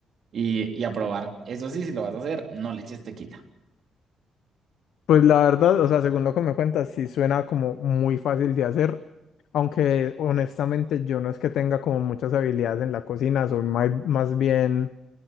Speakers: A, on the right; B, on the left.
A: y, y a probar. Eso sí, si lo vas a hacer, no le eches tequila.
B: Pues la verdad, o sea, según lo que me cuentas, sí suena como muy fácil de hacer, aunque honestamente yo no es que tenga como muchas habilidades en la cocina, soy mai- más, bien,